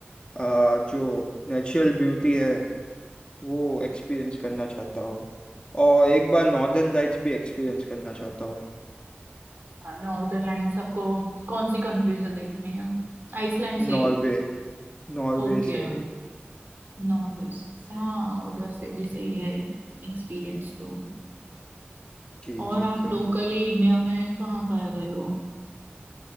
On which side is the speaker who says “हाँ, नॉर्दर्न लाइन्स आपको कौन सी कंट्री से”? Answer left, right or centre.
Right